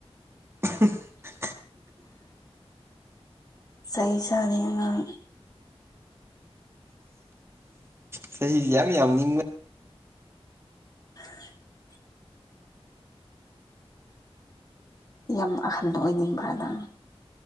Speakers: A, on the right; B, on the left.
A: <inaudible>
B: ꯆꯩ ꯆꯥꯅꯤ ꯅꯪ
A: ꯆꯍꯤꯗꯤ ꯌꯥꯝ ꯌꯥꯝ ꯅꯤꯡꯕ
B: <inaudible> ꯌꯥꯝ ꯑꯍꯟꯕ ꯑꯣꯏꯅꯤꯡꯕꯔꯥ ꯅꯪ